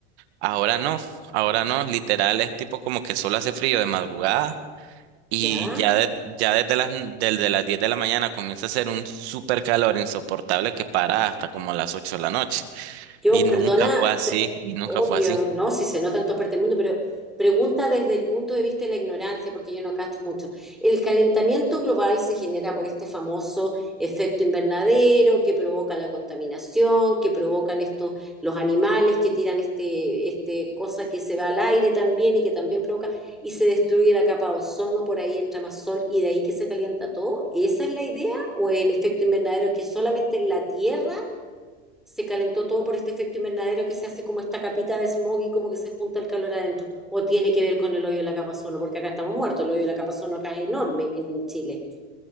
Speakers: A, on the right; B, in the centre.
A: Ahora no, ahora no, literal es tipo como que solo hace frío de madrugada y
B: ¿Ya?
A: ya, de- ya desde las, desde las 10 de la mañana comienza a hacer un super calor insoportable que para hasta como las 8 de la noche
B: Yo,
A: y
B: perdona,
A: nunca fue así,
B: pe-
A: y nunca
B: obvio,
A: fue así.
B: ¿no? Si se nota en todas partes del mundo, pero pregunta desde el punto de vista de la ignorancia, porque yo no cacho mucho. ¿El calentamiento global se genera por este famoso efecto invernadero que provoca la contaminación, que provocan estos, los animales que tiran este, este cosa que se va al aire también y que también provoca, y se destruye la capa de ozono, por ahí entra más sol y de ahí que se calienta todo? ¿Esa es la idea? ¿O el efecto invernadero que solamente en la Tierra? se calentó todo por este efecto invernadero que se hace como esta capita de smog y como que se junta el calor adentro. O tiene que ver con el hoyo de la capa ozono, porque acá estamos muertos, el hoyo de la capa ozono acá es enorme en Chile.